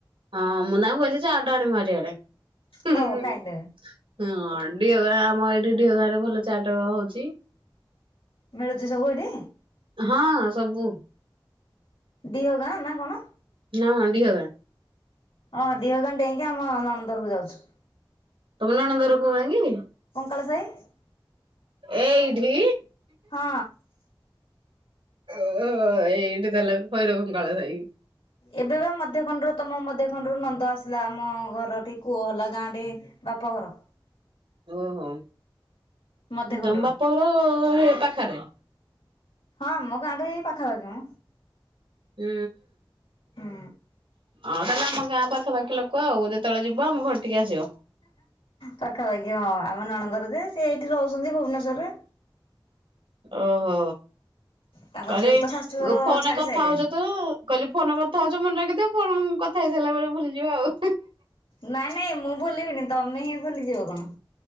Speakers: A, on the right (about 85°); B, on the left (about 80°).
A: ହଁ ମୁଁ ତାଙ୍କୁ କହିଚ ଦେଇଚି ଆଡା ଆଣିବ ମାରି ଆଡେ <unintelligible>
B: ହଁ ଖାଇଦେବେ।
A: ହଁ ଢିଅ ଗାଁ ଆମ ଏଇଠି ଢିଅ ଗାଁ ରେ ଭଲ ଚାଟ ହଉଚି!
B: ମିଳୁଛି ସବୁ ଏଠି?
A: ହଁ ସବୁ!
B: ଦିହ ଗାଁ ନା କଣ?
A: ନା <inaudible>
B: ହଁ <inaudible> ମୋ ନଣନ୍ଦ ଘରକୁ ଯାଉଛୁ
A: ତମ ନଣନ୍ଧ ଘର ଗାଁ କି।
B: କଙ୍କାଳ ସାହି। <unintelligible>
A: ଏଇଠି
B: ହଁ
A: ଓହୋ ଏଇଠି ତାହେଲେ ଭୈରବ କାଳ ସାଇ।
B: ଏବେ ବା ମଧ୍ୟ ଖଣ୍ଡରୁ ତ ମ ମଧ୍ୟଖଣ୍ଡରୁ ନନ୍ଦ ଆସିଲା ଆମ ଘରଟି କୂଅ ହେଲା ଗାଁରେ ବାପ ଘର
A: ଓହୋ
B: ମଧ୍ୟ ଖଣ୍ଡରୁ
A: ତମ ବାପଘର ପାଖରେ?
B: ହଁ ଆମ ଗାଁ ଟା ଏଇ ପାଖାପାଖି ଯଉ।
A: ହୁଁ
B: ହୁଁ
A: ହଁ ତାହେଲେ ଆମ ଗାଁ ପାଖାପାଖି ଲୋକ ଆଉ, ଯେତେବେଳେ ଯିବା ଆମ ଘର ଟିକେ ଆସିବ।
B: ପାଖାପାଖି ହଁ ଆମେ ନଣନ୍ଦର ଯେ, ସେ ଏଇଠି ରହୁଛନ୍ତି ଭୁବନେଶ୍ୱରରେ।
A: ଓହୋ
B: ତାଙ୍କ
A: କହିଲି
B: ଝିଅକୁ ତ ଶାଶୁଘର
A: ଫୋନ
B: ଛାଡି
A: କଥାହଉଛି
B: ସାରିଲେଣି
A: ତ! କହିଲି ଫୋନ କଥା ହଉଚ ମନେ ରଖିଚତ ଫୋନ କଥା ହେଇ ସାରିଲା ପରେ ଭୁଲିଯିବ ଆଉ
B: ନାଇଁ ନାଇଁ ମୁଁ ଭୁଲିବିନି, ତମେ ହିଁ ଭୁଲି ଯିବ କଣ।